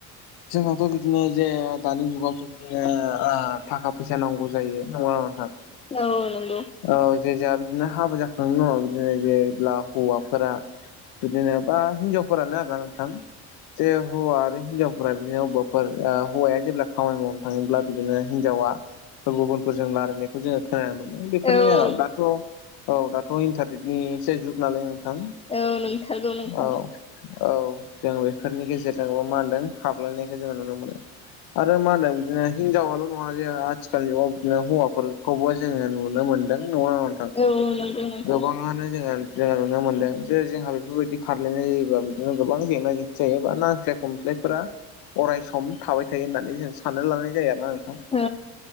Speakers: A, on the left; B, on the left.
A: जोंहाथ' बिदिनो जे दानि जुगाव <unintelligible> थाखा फैसा नांगौ जायो <unintelligible>
B: औ नोंगौ।
A: औ जे जाहा बिदिनो हाबा जाखांनायनि बिदिनो जेब्ला हौवाफोरा बिदिनो बा हिन्जावफोरानो आरोना नोंथां जे हौवा आरो हिनजावफोरा बिदिनो अब्बाफोर ओ हौवाया जेब्ला खामानि मावनो थाङोब्ला बिदिनो हिनजावा ओ गुबुनफोरजों लारानायखौ जोङो खोनानो मोनो बेफोरनियाव
B: औ औ
A: दाथ' औ दाथ' इन्टारनेटनि एसे जुग नालाय नोंथां
B: औ नंथारगौ नोंथां
A: औ। औ जों बेफोरनि गेजेरजोंबो मा होनदों खारलायनायखौ जोङो नुनो मोनो। आरो मा होनदों बिदिनो हिनजावाल' न <unintelligible> आथिखाल जुगाव बिदिनो हौवाफोरखौबो जोङो नुनो मोनदों नङा थां
B: औ नंगौ नोंथां
A: गोबाङा
B: औ
A: <unintelligible> जे जोंहा बेफोरबायदि खारलायनाय जायोब्ला बिदिनो गोबां <unintelligible> अराय सम थाबाय थायो होननानै जों सानना लानाय जायो आरोना नोंथां।
B: औ